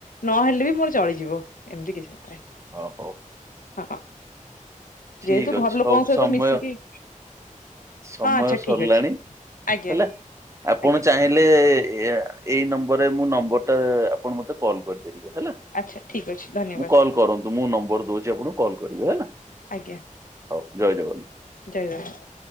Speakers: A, on the left (about 80°); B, on the right (about 20°).
A: ନହେଲେ ବି ମୋର ଚଳିଯିବ ଏମିତି କିଛି ନଥାଏ।
B: ଓ ହଉ।
A: ହଁ
B: ଠିକ
A: ଯେହେତୁ ଘର
B: ଅଛି
A: ଲୋକଙ୍କ
B: ହଉ
A: ସହିତ
B: ସମୟ
A: ମିଶିକି
B: ସମୟ
A: ହଁ ଆଚ୍ଛା
B: ସରିଲାଣି
A: ଠିକ୍ ଅଛି ଆଜ୍ଞା
B: ହେଲା ଆପଣ
A: ଆଜ୍ଞା
B: ଚାହିଁଲେ ହେଲେ ଏଇ ନମ୍ବରେ ମୁଁ ନମ୍ବରଟା ଆପଣ ମତେ କଲ୍ କରି କରିପାରିବେ ହେଲା
A: ଆଚ୍ଛା ଠିକ୍ ଅଛି ଧନ୍ୟବାଦ
B: ମୁଁ କଲ କରନ୍ତୁ ମୁଁ ନମ୍ବର ଦଉଛି ଆପଣଙ୍କୁ କଲ କରିବେ ହେଲା।
A: ଆଜ୍ଞା
B: ହଉ ଜୟ ଜଗନ୍ନାଥ।
A: ଜୟ ଜଗନ୍ନାଥ।